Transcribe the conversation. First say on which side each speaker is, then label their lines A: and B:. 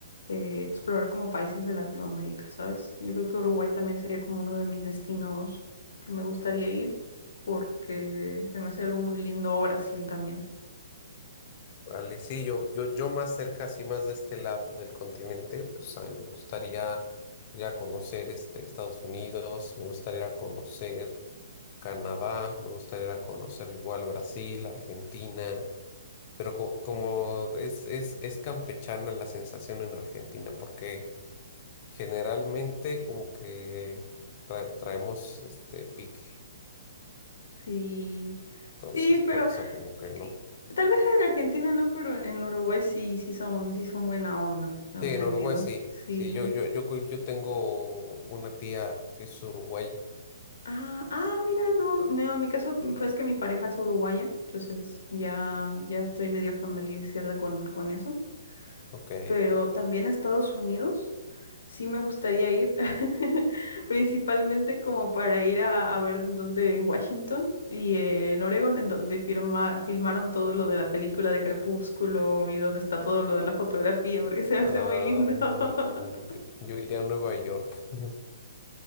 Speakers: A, on the left; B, on the left.
A: eh, explorar como países de Latinoamérica, ¿sabes? Yo creo que Uruguay también sería como uno de mis destinos que me gustaría ir, porque se me hace algo muy lindo, o Brasil también.
B: Vale, sí, yo, yo, yo más cerca, así más de este lado del continente, pues a mí me gustaría ir a conocer este, Estados Unidos, me gustaría ir a conocer Canadá, me gustaría ir a conocer igual Brasil, Argentina, pero co- como es, es, es campechana la sensación en Argentina, porque generalmente como que tra- traemos este pique,
A: Sí,
B: entonces
A: sí,
B: por
A: pero
B: eso como que no.
A: y- tal vez en Argentina no, pero en en Uruguay sí, sí son, sí son buena onda, ¿entendido?
B: Sí, en Uruguay sí.
A: Sí.
B: Sí, yo, yo, yo, cu- yo tengo una tía que es uruguaya.
A: Ah, ah, mira, no, no, en mi caso mm, pues que mi pareja es uruguaya, entonces ya, ya estoy medio familiarizada con, con eso.
B: Ok.
A: Pero también a Estados Unidos sí me gustaría ir, <laughs> principalmente como para ir a, a ver en dónde, en Washington y eh, en Oregon, en donde firma, filmaron todo lo de la película de Crepúsculo y donde está todo lo de la fotografía, porque se me
B: Ah,
A: hace muy lindo. <laughs>
B: no, yo, yo iría a Nueva York <laughs>